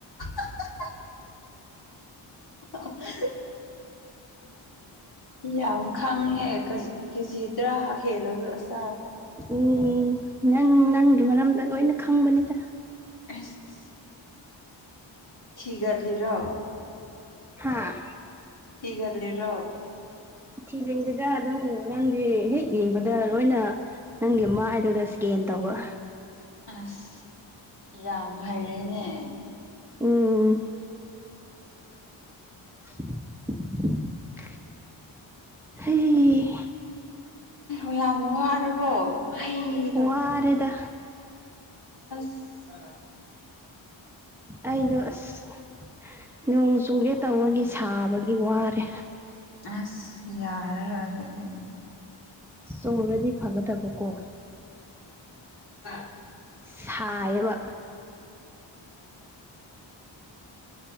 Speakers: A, on the left (about 50°); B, in the centre.
A: <unintelligible> ꯌꯥꯝ ꯈꯪꯍꯦ ꯀꯖ ꯀꯦꯖꯤ ꯇꯔꯥ ꯍꯦꯜꯂꯁꯨ ꯑꯁ
B: ꯎꯝ ꯅꯪ ꯅꯪꯒꯤ ꯃꯔꯝꯗ ꯂꯣꯏꯅ ꯈꯪꯕꯅꯤꯗ꯫
A: <unintelligible> ꯊꯤꯒꯠꯂꯤꯔꫭ
B: ꯍꯥ
A: ꯊꯤꯒꯠꯂꯤꯔꫭ꯫
B: ꯊꯤꯅꯤꯡꯗꯦꯗ ꯑꯗꯨꯝ ꯅꯪꯗꯤ ꯍꯦꯛ ꯌꯦꯡꯕꯗ ꯂꯣꯏꯅ ꯅꯪꯒꯤ ꯃꯥꯏꯗꯨꯗ ꯁ꯭ꯀꯦꯟ ꯇꯧꯕ꯫
A: ꯑꯁ ꯌꯥꯝ ꯍꯩꯔꯦꯅꯦ꯫
B: <unintelligible> <unintelligible> ꯍꯩ
A: ꯑ ꯌꯥꯝ ꯋꯥꯔꯕꯣ꯫ <unintelligible>
B: ꯋꯥꯔꯦꯗ꯫
A: ꯑꯁ꯫
B: ꯑꯩꯗꫭ ꯑꯁ ꯅꯣꯡ ꯆꯨꯒꯦ ꯇꯧꯕꯒꯤ ꯁꯥꯕꯒꯤ ꯋꯥꯔꯦ꯫
A: ꯑꯁ ꯌꯥꯔꯔꯣꯏ ꯑꯗꯨꯗꯤ꯫
B: ꯆꯣꯔꯗꯤ ꯐꯒꯗꯕ ꯀꯣ꯫
A: <unintelligible>
B: ꯁꯥꯑꯦꯕ꯫
A: <inaudible>